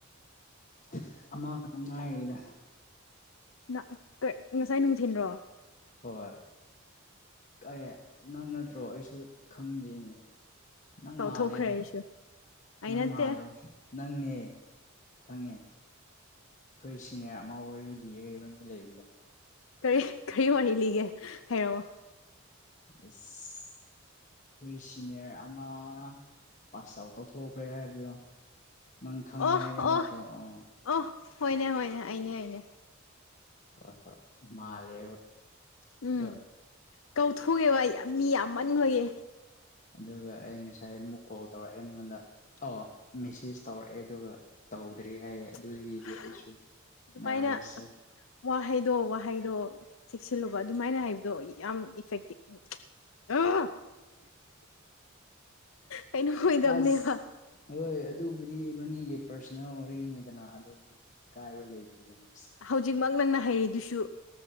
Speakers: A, on the left; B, on the left.
A: ꯑꯍ ꯑꯃꯈꯛ ꯇ ꯉꯥꯏꯔꯤꯗ
B: ꯅꯥ <unintelligible> ꯉꯁꯥꯏ ꯅꯨꯡꯊꯤꯟꯔꯣ
A: ꯍꯣꯏ ꯇꯥꯌꯦ ꯅꯪ ꯅꯠꯇ꯭ꯔꯣ ꯑꯩꯁꯨ ꯈꯪꯗꯦꯅꯦ ꯅꯪ
B: ꯀꯥꯎꯊꯣꯛꯈ꯭ꯔꯦ
A: ꯃꯥꯜꯂꯦꯗꯥ
B: ꯑꯩꯁꯨ ꯑꯩ
A: ꯅꯪ
B: ꯅꯠꯇꯦ
A: ꯃꯥꯜꯂꯦ ꯅꯪꯅꯦ ꯈꯪꯉꯦ ꯈꯣꯏ ꯁꯤꯅꯤꯌꯥꯔ ꯑꯃ ꯋꯥꯔꯤ ꯂꯤ <unintelligible> ꯂꯩ <unintelligible>
B: ꯀꯔꯤꯍ ꯀꯔꯤ ꯋꯥꯔꯤ ꯂꯤꯒꯦ ꯍꯥꯏꯔꯛꯑꯣ
A: <unintelligible> ꯈꯣꯏ ꯁꯤꯅꯤꯌꯔ ꯑꯃ ꯄꯥꯁ ꯑꯥꯎꯠ ꯇꯧꯊꯣꯛꯈ꯭ꯔꯦ ꯍꯥꯏꯕꯗꯣ ꯅꯪ ꯈꯪꯉꯦ
B: ꯑꯣ
A: ꯍꯥꯏꯕ
B: ꯑꯣ
A: ꯅꯠꯇ꯭ꯔꯣ ꯑ
B: ꯑꯣ ꯍꯣꯏꯅꯦ ꯍꯣꯏꯅꯦ ꯑꯩꯅꯦ ꯑꯩꯅꯦ
A: ꯍ ꯍꯣꯏ ꯍꯣꯏ ꯃꯥꯜꯂꯦꯕ
B: ꯎꯝ
A: ꯑꯗꯣ
B: ꯀꯧꯊꯨꯛꯑꯦꯕꯥ ꯌꯥꯝ ꯃꯤ ꯌꯥꯝꯃꯟꯕꯒꯤ
A: ꯑꯗꯨꯒ ꯑꯩ ꯉꯁꯥꯏ ꯑꯃꯨꯛ ꯀꯣꯜ ꯇꯧꯔꯛꯑꯦ ꯅꯉꯣꯟꯗ ꯑꯣ ꯃꯦꯁꯦꯖ ꯇꯧꯔꯛꯑꯦ ꯑꯗꯨꯒ ꯇꯧ <unintelligible> ꯗꯤ ꯍꯥꯏꯌꯦ ꯑꯗꯨꯒꯤꯗꯤ
B: ꯍꯥꯍ
A: ꯑꯩꯁꯨ
B: ꯑꯗꯨꯃꯥꯏꯅ
A: ꯅꯔꯚꯁ
B: ꯋꯥꯍꯩꯗꯣ ꯋꯥꯍꯩꯗꯣ ꯆꯦꯛꯁꯤꯜꯂꯨꯕ ꯑꯗꯨꯃꯥꯏꯅ ꯍꯥꯏꯕꯗꯣ ꯌꯥꯝ ꯏꯐꯦꯛꯇꯤꯞꯪ ꯑꯥ ꯍꯥ ꯍꯝ ꯀꯩꯅꯣ ꯑꯣꯏꯗꯕꯅꯦꯕ
A: ꯑꯁ ꯍꯣꯏ ꯑꯗꯨꯕꯨꯗꯤ ꯏꯕꯅꯤꯒꯤ ꯄꯥꯔꯁꯣꯅꯦꯜ ꯋꯥꯔꯤꯅꯤꯗꯅ ꯑꯗꯨꯗꯤ ꯀ ꯀꯥꯏꯕ ꯂꯩꯇꯦꯗꯅꯣ
B: ꯍꯧꯖꯤꯛꯃꯛ ꯅꯪꯅ ꯍꯩꯔꯤꯗꯨꯁꯨ